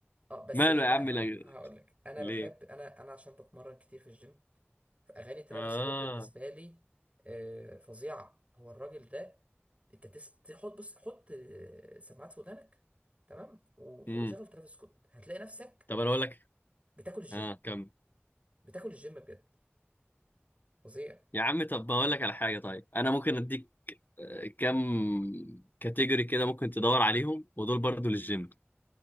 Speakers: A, on the right (about 30°); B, on the left (about 45°).
A: اه بس
B: ماله
A: ليه
B: يا
A: بقى
B: عم
A: ه-
B: الأج-
A: هقولك انا
B: ليه
A: بحب انا انا عشان بتمرن كتير في الجيم فاغاني ترافيس
B: اه
A: سكوت بالنسبه لي آه، فظيعه هو الراجل ده انت تس... تحط بص حط آه، سماعات في ودانك تمام و-
B: امم
A: وشغل ترافيس سكوت هتلاقي نفسك
B: طب انا اقول لك
A: بتاكل الجيم
B: اه كم
A: بتاكل الجيم بجد فظيع
B: يا عم طب بقول لك على حاجه طيب انا ممكن اديك آه، كم كاتيجوري كده ممكن تدور عليهم ودول برضو للجيم